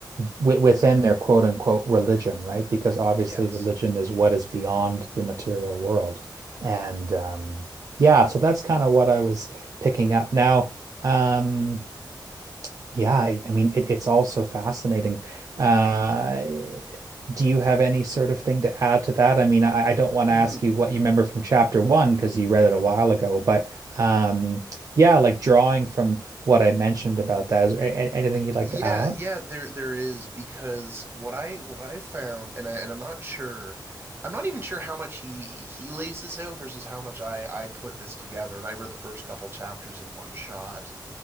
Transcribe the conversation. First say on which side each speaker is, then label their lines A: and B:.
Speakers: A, on the right; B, on the right.
A: w within their quote unquote religion, right? Because obviously
B: Yes.
A: religion is what is beyond the material world, and um, yeah, so that's kind of what I was picking up now. Um, yeah, I, I mean, it, it's all so fascinating. Uh, do you have any sort of thing to add to that? I mean, I, I don't want
B: hmm
A: to ask you what you remember from chapter one because you read it a while ago, but um, yeah, like drawing from what I mentioned about that, is there a- anything you'd like
B: Yeah,
A: to add?
B: yeah, there there is because what I what I found and I and I'm not sure I'm not even sure how much he he lays this out versus how much I I put this together and I read the first couple chapters in one shot.